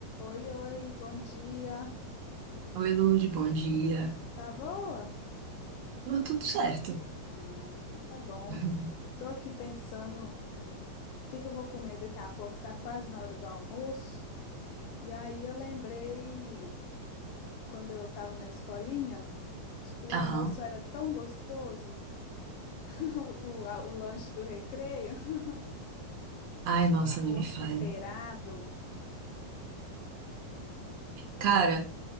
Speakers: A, on the left; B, on the right.
A: Oi, oi, bom dia.
B: Oi, Lude, bom dia.
A: Tá boa?
B: Deu tudo certo.
A: Ah, então tá bom.
B: <laughs>
A: Tô aqui pensando o que que eu vou comer daqui a pouco, tá quase na hora do almoço. E aí eu lembrei quando eu tava na escolinha, o
B: Aham.
A: almoço era tão gostoso, <laughs> o, o, a- o lanche do recreio. <laughs>
B: Ai,
A: Tinha
B: nossa,
A: um arroz
B: nem me fale.
A: temperado.
B: Cara,